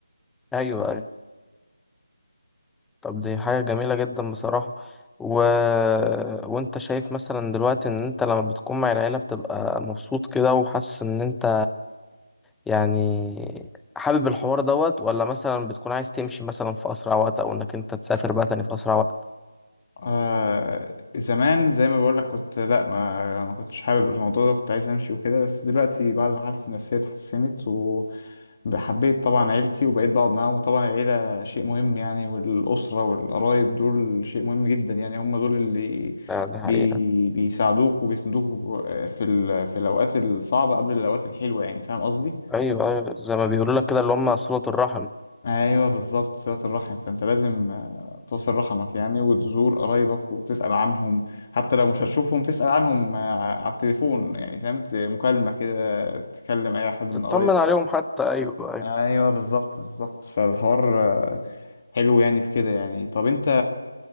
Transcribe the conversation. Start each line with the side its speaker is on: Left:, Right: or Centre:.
Centre: أيوه أيوه طب دي حاجة جميلة جدا بصراحة و... وأنت شايف مثلا دلوقتي إن أنت لما بتكون مع العيلة بتبقى مبسوط كده وحاسس إن أنت يعني حابب الحوار دوت ولا مثلا بتكون عايز تمشي مثلا في أسرع وقت أو إنك أنت تسافر بقى تاني في أسرع وقت
Left: آه زمان زي ما بقول لك كنت لا ما ما كنتش حابب الموضوع ده كنت عايز امشي وكده بس دلوقتي بعد ما حالتي النفسية اتحسنت وحبيت طبعا عيلتي وبقيت بقعد معاهم وطبعا العيلة شيء مهم يعني والأسرة والقرايب دول شيء مهم جدا يعني هم دول اللي
Centre: لا دي حقيقة
Left: بي بيساعدوك وبيسندوك آه، في ال... في الأوقات الصعبة قبل الأوقات الحلوة يعني فاهم قصدي؟
Centre: أيوه أيوه زي ما بيقولوا لك كده اللي هم صلة الرحم
Left: ايوه بالظبط صلة الرحم فانت لازم آه، تصل رحمك يعني وتزور قرايبك وتسأل عنهم حتى لو مش هتشوفهم تسأل عنهم آه، على التليفون يعني فهمت مكالمة كده تكلم اي حد من
Centre: تطمن
Left: قرايبك
Centre: عليهم حتى أيوه أيوه
Left: ايوه بالظبط بالظبط فالحوار آه، حلو يعني في كده يعني طب انت